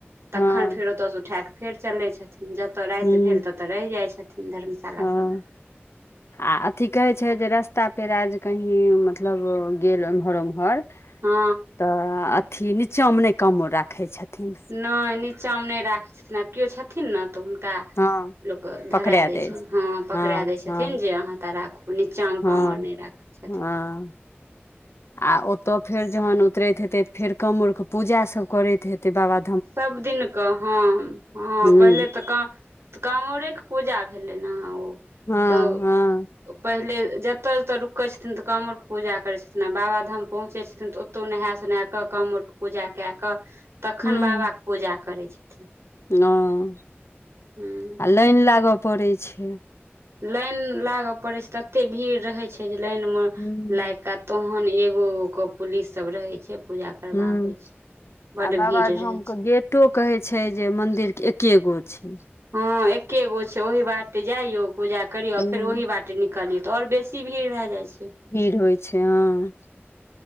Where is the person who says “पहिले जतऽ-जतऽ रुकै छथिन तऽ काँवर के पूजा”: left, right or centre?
Right